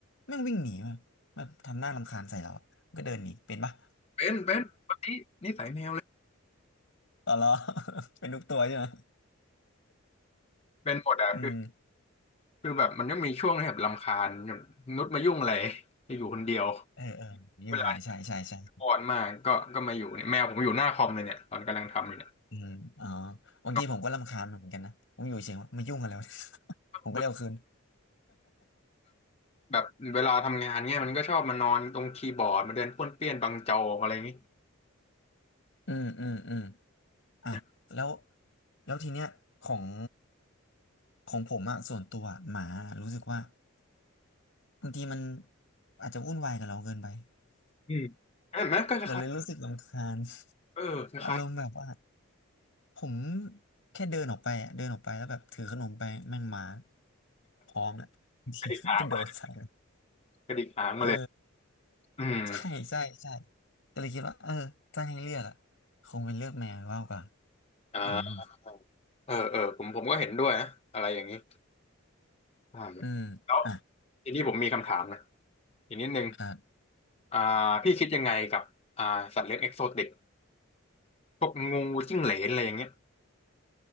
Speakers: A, on the left; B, on the left.
A: แม่งวิ่งหนีมาแบบทำหน้ารำคาญใส่เราอะก็เดินหนีเป็นปะ
B: เป็นเป็นวันนี้นิสัยแมวเลย
A: อ๋อเหรอ <laughs> เป็นทุกตัวใช่ไหม
B: เป็นหมดอ่ะคือ
A: อืม
B: คือแบบมันก็มีช่วงที่แบบรำคาญแบบนุชมายุ่งอะไรจะอยู่คนเดียว
A: เออเออยุ่งอะไรใช่ใช่ใช่
B: เวลาที่อ่อนมากก็ก็มาอยู่เนี่ยแมวผมอยู่หน้าคอมเลยเนี่ยตอนกำลังทำอยู่เนี่ย
A: อืมอ๋อบางทีผมก็รำคาญมันเหมือนกันนะผมอยู่เฉยๆว่ามายุ่งอะไรวะ
B: นอน
A: <laughs> ผมก็เร็วคืน
B: แบบแบบเวลาทำงานเนี่ยมันก็ชอบมานอนตรงคีย์บอร์ดมาเดินป้วนเปี้ยนบังจออะไรอย่างงี้
A: อืมอืมอืมอ่ะแล้ว
B: นะ
A: แล้วทีเนี้ยของของผมอะส่วนตัวอะหมารู้สึกว่าบางทีมันอาจจะวุ่นวายกับเราเกินไป
B: อืมเห็นไหมก็คล้าย
A: <laughs> เราเลยรู้สึกรำคาญ
B: ๆเออคล้าย
A: อารมณ์แบบว่าผมแค่เดินออกไปอะเดินออกไปแล้วแบบถือขนมไปแม่งหมาพร้อมแล้วบางทีมันกระโดดใส่เลย
B: ๆกระดิกหางมาเลยกระดิกหางมาเลย
A: เออ
B: อืม
A: ใช่ใช่ใช่ก็เลยคิดว่าเออถ้าให้เลือกอะคงเป็นเลือกแมวมากกว่า
B: อ่า
A: อืม
B: เออเออผมผมก็เห็นด้วยนะอะไรอย่างนี้ใช่แ
A: อืมอ่ะ
B: ล้วทีนี้ผมมีคำถามนะอีกนิดนึง
A: ครับ
B: อ่าพี่คิดยังไงกับอ่าสัตว์เลี้ยงเอ็กโซติก พวกงูจิ้งเหลนอะไรอย่างเงี้ย